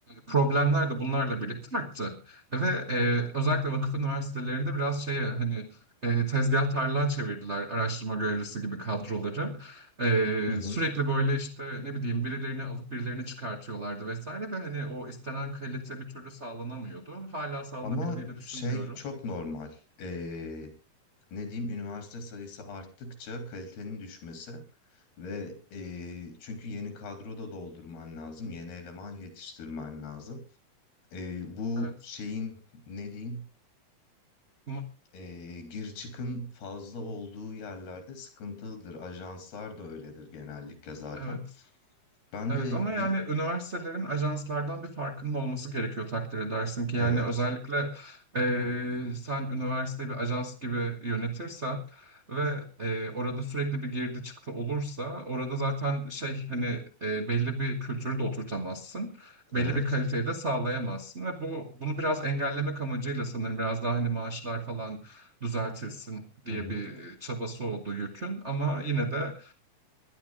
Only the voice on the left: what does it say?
Hı hı.
Ama
şey çok normal. Ee, ne diyeyim üniversite sayısı arttıkça kalitenin düşmesi ve e, çünkü yeni kadro da doldurman lazım, yeni eleman yetiştirmen lazım. E, bu
şeyin ne diyeyim
e, gir çıkın fazla olduğu yerlerde sıkıntılıdır. Ajanslar da öyledir genellikle zaten.
Ben
de
bir
evet
evet
hı hı,